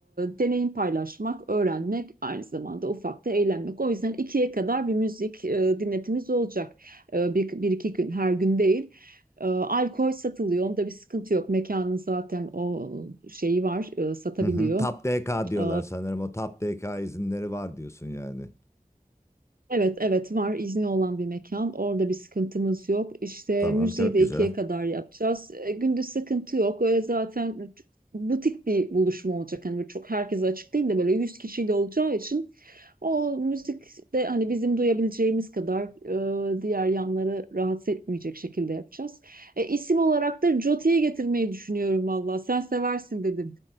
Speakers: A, on the right (about 80°); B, on the left (about 20°).
A: deneyim paylaşmak, öğrenmek, aynı zamanda ufak da eğlenmek. O yüzden ikiye kadar bir müzik e, dinletimiz olacak. E, bir, bir iki gün, her gün değil. E, alkol satılıyor, onda bir sıkıntı yok. Mekanın zaten o şeyi var, e, satabiliyor.
B: Hı hı. Tap DK diyorlar
A: E,
B: sanırım. O Tap DK izinleri var diyorsun yani.
A: Evet, evet var izni olan bir mekan. Orada bir sıkıntımız yok. İşte
B: Tamam
A: müziği
B: çok
A: de
B: güzel.
A: ikiye kadar yapacağız. E, gündüz sıkıntı yok. Öyle zaten butik bir buluşma olacak. Hani böyle çok herkese açık değil de böyle 100 kişiyle olacağı için o müzik de hani bizim duyabileceğimiz kadar e, diğer yanları rahatsız etmeyecek şekilde yapacağız. E, isim olarak da Joti'yi getirmeyi düşünüyorum valla. Sen seversin dedin.